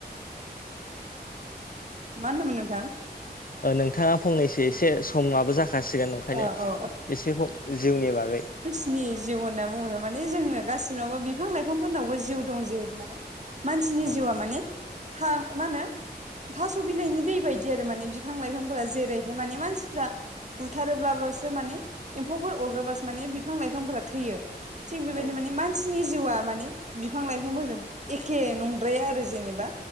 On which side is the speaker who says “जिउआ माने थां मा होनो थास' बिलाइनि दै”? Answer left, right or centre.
Right